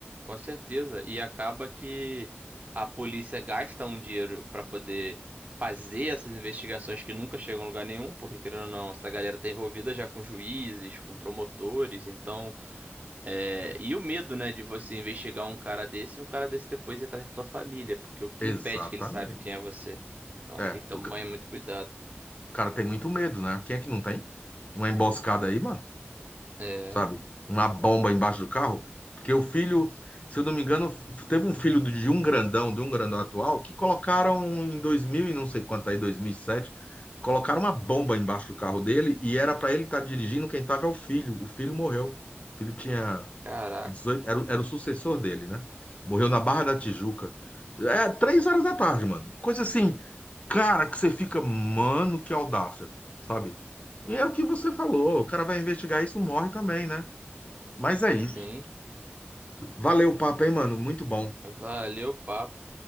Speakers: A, on the right; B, on the left.
A: Com certeza. E acaba que a polícia gasta um dinheiro para poder fazer essas investigações que nunca chegam a lugar nenhum, porque querendo ou não, essa galera tá envolvida já com juízes, com promotores, então. é, E o medo, né, de você investigar um cara desse e um cara desse depois ir atrás da tua família, porque o que
B: Exatamente.
A: impede que ele sabe quem é você? Então
B: É,
A: tem que tomar
B: o, ca-
A: muito cuidado.
B: o cara tem muito medo, né? Quem é que não tem? Uma emboscada aí, mano,
A: É,
B: sabe? Uma bomba embaixo do carro. Porque o filho, se eu não me engano, f- teve um filho de um grandão, de um grandão atual, que colocaram em 2000 e não sei quanto aí, 2007, colocaram uma bomba embaixo do carro dele e era pra ele estar dirigindo, quem tava é o filho. O filho morreu. O filho tinha
A: caraca,
B: 18 era, o- era o sucessor dele, né? Morreu na Barra da Tijuca. É, três horas da tarde, mano. Coisa assim, cara, que você fica, mano, que audácia, sabe? E é o que você falou, o cara vai investigar isso, morre também, né? Mas é isso.
A: tem.
B: Valeu o papo, hein, mano? Muito bom.
A: Valeu, papo.